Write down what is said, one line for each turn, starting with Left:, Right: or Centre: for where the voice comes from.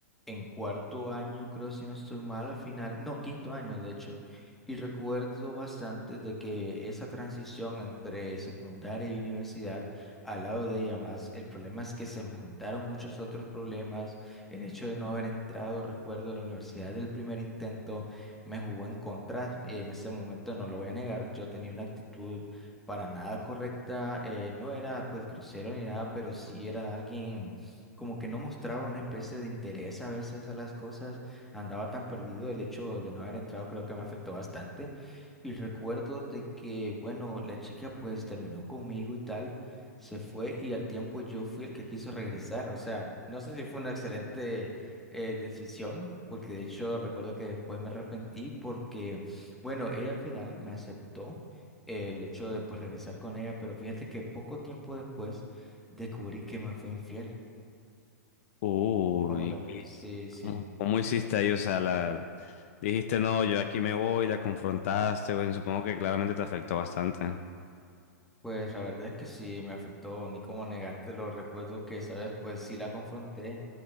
Centre: en cuarto año, creo si no estoy mal, al final, no, quinto año de hecho, y recuerdo bastante de que esa transición entre secundaria y universidad, al lado de ella más, el problema es que se me juntaron muchos otros problemas, el hecho de no haber entrado, recuerdo, a la universidad del primer intento me jugó en contra. eh, en ese momento no lo voy a negar, yo tenía una actitud para nada correcta, eh, no era pues grosero ni nada, pero sí era alguien como que no mostraba una especie de interés a veces a las cosas, andaba tan perdido, el hecho de no haber entrado creo que me afectó bastante. Y recuerdo de que, bueno, la chica pues terminó conmigo y tal, se fue y al tiempo yo fui el que quiso regresar. O sea, no sé si fue una excelente eh, decisión, porque de hecho recuerdo que después me arrepentí porque, bueno, ella al final me aceptó eh, el hecho de pues regresar con ella, pero fíjate que poco tiempo después descubrí que me fue infiel.
Left: Uy,
Centre: ¿Cómo la ves?
Left: ¿qué- es?
Centre: Sí,
Left: ¿cómo,
Centre: sí.
Left: cómo hiciste ahí? O sea, la, dijiste, no, yo aquí me voy, la confrontaste, bueno, supongo que claramente te afectó bastante.
Centre: Pues la verdad es que sí me afectó, ni cómo negártelo. Recuerdo que, sabes, pues sí la confronté